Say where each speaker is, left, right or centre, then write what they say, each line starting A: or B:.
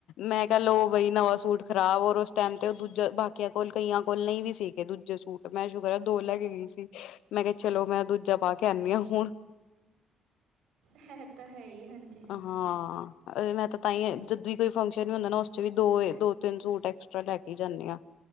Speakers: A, on the left (about 80°); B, on the right (about 75°).
A: ਮੈਂ ਕਹਿ ਲੋਓ ਬਈ ਨਵਾਂ ਸੂਟ ਖਰਾਬ ਔਰ ਉਸ ਟਾਈਮ ਤੇ ਦੂਜਾ ਬਾਕੀਆਂ ਕੋਲ ਕਈਆਂ ਕੋਲ ਨਹੀਂ ਵੀ ਸੀਗੇ ਦੂਜੇ ਸੂਟ ਮੈਂ ਸ਼ੁ ਕਰ ਦੋ ਲੈ ਕੇ ਗਈ ਸੀ ਮੈਂ ਕਿਹਾ ਚਲੋ ਮੈਂ ਦੂਜਾ ਪਾ ਕੇ ਆਂਦੀ ਆ ਹੁਣ
B: ਇਹ ਤਾਂ ਹੈ ਹੀ ਹਾਂਜੀ ਹਾਂਜੀ
A: ਹਾਂ ਮੈਂ ਤੇ ਤਾਂ ਹੀ ਜਦ ਵੀ ਕੋਈ ਫੰਕਸ਼ਨ ਵੀ ਹੁੰਦਾ ਨਾ ਉਸ 'ਚ ਵੀ ਦੋ ਦੋ ਤਿੰਨ ਸੂਟ ਐਕਸਟਰਾ ਲੈ ਕੇ ਜਾਂਦੇ ਹਾਂ